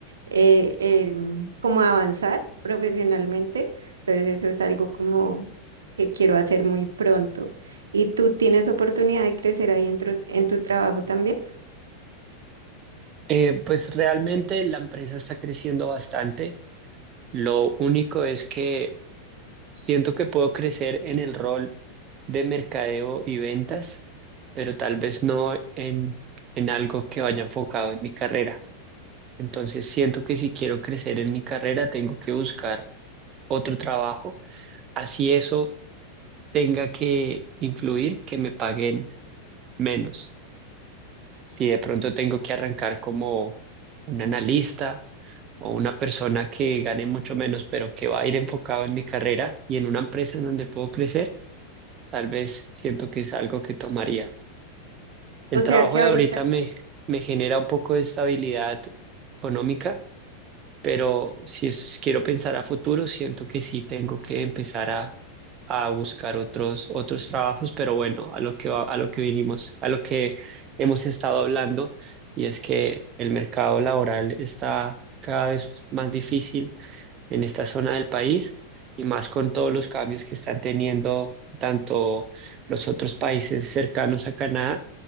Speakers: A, on the right; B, on the right.
A: eh, em, como a avanzar profesionalmente. Entonces eso es algo como que quiero hacer muy pronto. Y tú tienes oportunidad de crecer ahí en tu, en tu trabajo también.
B: Eh, pues realmente la empresa está creciendo bastante. Lo único es que siento que puedo crecer en el rol de mercadeo y ventas, pero tal vez no en, en algo que vaya enfocado en mi carrera. Entonces siento que si quiero crecer en mi carrera, tengo que buscar otro trabajo, así eso tenga que influir que me paguen menos. Si de pronto tengo que arrancar como un analista o una persona que gane mucho menos, pero que va a ir enfocado en mi carrera y en una empresa en donde puedo crecer, tal vez siento que es algo que tomaría. El
A: O
B: trabajo
A: sea que
B: de
A: ahorita,
B: ahorita me, me genera un poco de estabilidad económica, pero si es- quiero pensar a futuro, siento que sí tengo que empezar a, a buscar otros, otros trabajos, pero bueno, a lo que, va- a lo que vinimos, a lo que hemos estado hablando, y es que el mercado laboral está cada vez más difícil en esta zona del país y más con todos los cambios que están teniendo tanto los otros países cercanos a Canadá